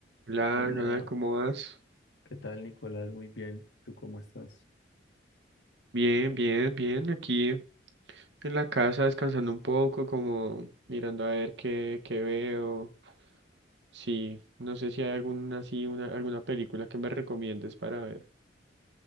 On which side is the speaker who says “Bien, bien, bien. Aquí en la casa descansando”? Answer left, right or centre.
Right